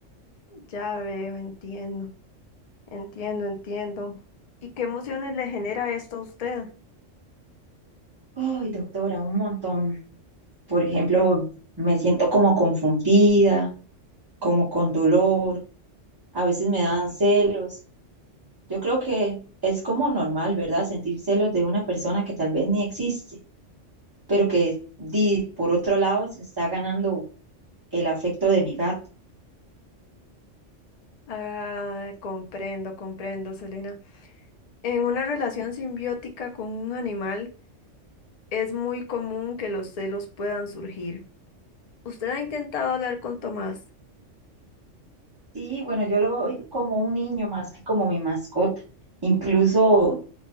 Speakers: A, on the left; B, on the right.
A: Ya veo, entiendo, entiendo, entiendo. ¿Y qué emociones le genera esto a usted?
B: Ay, doctora, un montón. Por ejemplo, me siento como confundida, como con dolor, a veces me dan celos. Yo creo que es como normal, ¿verdad? Sentir celos de una persona que tal vez ni existe, pero que di- por otro lado se está ganando el afecto de mi gato.
A: Ah, comprendo, comprendo, Selena. En una relación simbiótica con un animal, es muy común que los celos puedan surgir. ¿Usted ha intentado hablar con Tomás?
B: Sí, bueno, yo lo veo como un niño más que como mi mascota. Incluso